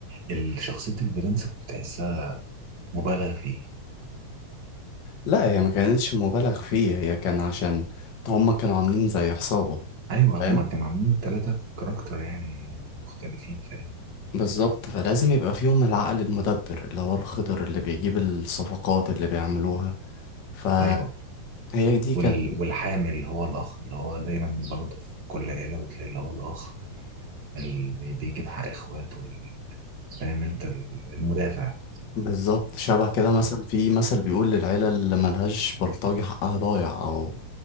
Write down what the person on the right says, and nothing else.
الشخصيه البرنس كنت تحسها مبالغ فيه
ايوه
هما كانوا عاملين ثلاثة كاركتر يعني مختلفين فاهم
ايوه
وال... والحامل اللي هو الاخ اللي هو دايما برضه في كل عيلة بتلاقي اللي هو الاخ اللي بي- بيجيب حق اخواته ال- فاهم انت ال- المدافع
اه،